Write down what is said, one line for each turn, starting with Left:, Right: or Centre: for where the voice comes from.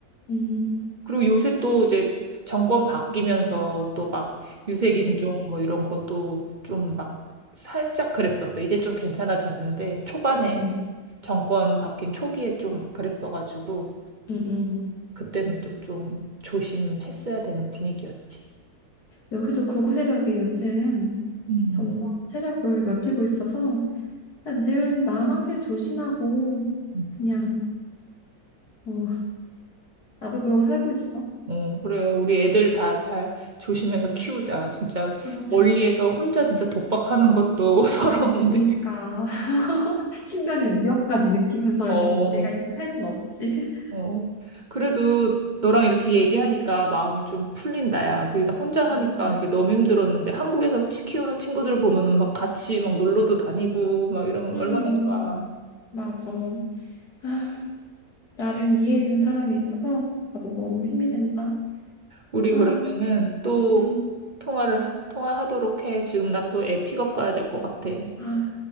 Left: 음,
Right: 그리고 요새 또 이제 정권 바뀌면서 또 막 유색 인종 뭐 이런 것도 좀 막 살짝 그랬었어. 이제 좀 괜찮아졌는데 초반에
Left: 어, 음,
Right: 정권 바뀐 초기에 좀 막 그랬어가지고
Left: 음.
Right: 그때는 또 좀 조심했어야 되는 분위기였지.
Left: 여기도 구구 세력이 요즘
Right: 음.
Left: 점점 세력을 넓히고 있어서 그러니까 늘 나만큼 조심하고
Right: 음.
Left: 그냥 어, 나도 그러고 살고 있어.
Right: 어, 그래. 우리 애들 다 잘 조심해서 키우자. 진짜
Left: 그러게.
Right: 멀리에서 혼자 진짜 독박하는 것도 <laughs> 서러운데.
Left: 그러니까 <laughs> 신변의 위협까지 느끼면서
Right: 어,
Left: 내가 이렇게 살 수는 없지.
Right: 어, 그래도 너랑 이렇게 얘기하니까 마음이 좀 풀린다, 야. 그게 나 혼자
Left: <laughs>
Right: 하니까
Left: 나도.
Right: 이게 너무 힘들었는데 한국에서 치 키우는 친구들 보면은 막 같이 막 놀러도 다니고 막 이러면
Left: 음,
Right: 얼마나 좋아.
Left: 맞아. 아, 나를 이해해주는 사람이 있어서 나도 너무 힘이 된다.
Right: 우리
Left: 아,
Right: 그러면은 또
Left: 음,
Right: 통화를, 하- 통화하도록 해. 지금 나 또 애 픽업 가야 될 것 같아.
Left: 아,